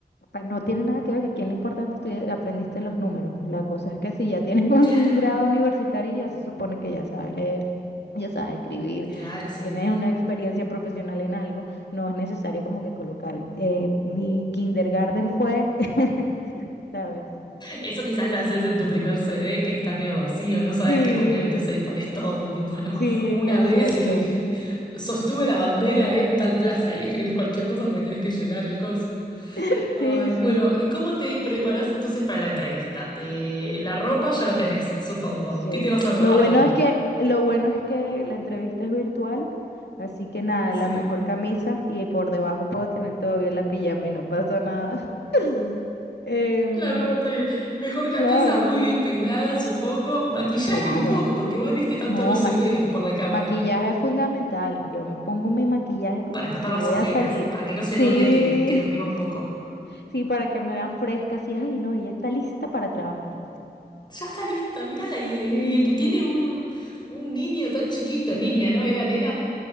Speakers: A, on the left; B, on the left.
A: pa- No tiene nada que ver, que aquí lo importante es que aprendiste los números. La cosa es que si ya tienes <laughs> un,
B: Claro,
A: un grado universitario, ya se supone que ya sabes leer, ya sabes escribir,
B: claro, sí.
A: tienes una experiencia profesional en algo, no es necesario como que colocar, eh, mi kindergarten fue, <laughs> ¿sabes?
B: Eso quizás lo haces en tu primer CD que está medio vacío, no sabes
A: Sí,
B: qué poner, entonces ahí pones todo, tipo, no,
A: sí,
B: una
A: es
B: vez
A: cierto.
B: y <laughs> sostuve la bandera en tal plaza y escribís cualquier cosa porque tenés que llenar el coso.
A: <laughs>
B: Ay,
A: Sí, sí.
B: bueno, ¿y cómo te preparás entonces para la entrevista? Te... La ropa ya la tenés, supongo.
A: Sí,
B: ¿Qué te vas a,
A: lo
B: a
A: bueno
B: poner?
A: es que lo bueno es que la entrevista es virtual, así que nada,
B: Sí.
A: la mejor camisa y por debajo puedo tener todavía la pijama y no pasa nada. <laughs> Em,
B: Claro, está bien. Mejor camisa,
A: claro,
B: muy bien peinada, supongo. Maquillaje
A: pues claro.
B: un poco, porque igual viste tanto
A: No,
B: no se
A: maqui-
B: ve por la cámara.
A: maquillaje es fundamental. Yo me pongo mi maquillaje como
B: Para tapar
A: si
B: las
A: voy
B: ojeras,
A: a salir.
B: para que no se
A: Sí,
B: note que, que dormimos poco.
A: <laughs> sí, para que me vean fresca, así, ay, no, ella está lista para trabajar.
B: Ya está lista, mírala. Y,
A: Sí.
B: y y tiene un, un niño tan chiquito, niña, ¿no? Era nena,